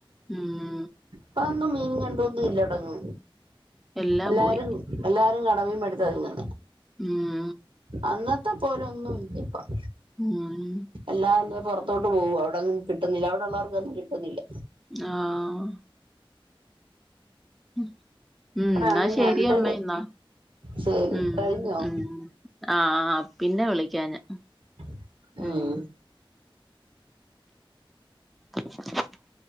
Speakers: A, in the centre; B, on the right (about 65°).
A: മ്മ്
B: അപ്പൊന്നും മീൻ കണ്ടൂന്നും ഇല്ലടങ്ങും
A: എല്ലാം
B: എല്ലാരും
A: പോയി
B: എല്ലാരും കട മീൻ മേടിച്ചാ തിന്നുന്നെ
A: മ്മ്
B: അന്നത്തെ പോലൊന്നും ഇല്ല ഇപ്പം
A: ഉം
B: എല്ലാന്ന പൊറ ത്തോട്ട് പോവ അവിടെങ്ങും കിട്ടുന്നില്ല അവിടെള്ളോർക്കൊന്നും കിട്ടുന്നില്ല
A: ആഹ് ഉം
B: അതാണ്
A: എന്നാ ശെരിയമ്മേയ്ന്നാ
B: ഞണ്ട് ശരി
A: ഉം
B: കഴിഞ്ഞോ
A: ഉം ആഹ് പിന്നെ വിളിക്കാ ഞാൻ
B: മ്മ്
A: ഉം <unintelligible>